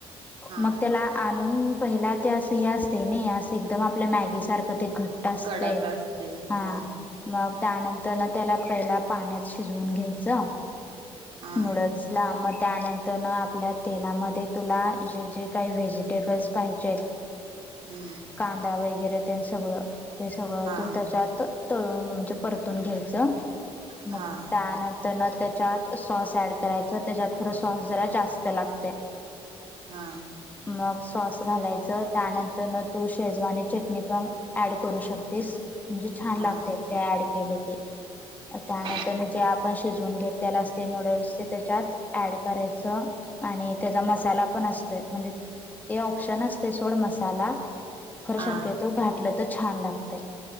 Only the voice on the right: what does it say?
हा
कडक असते
होय
हा
हम्म
हा
हा
हा
हा
हा
हा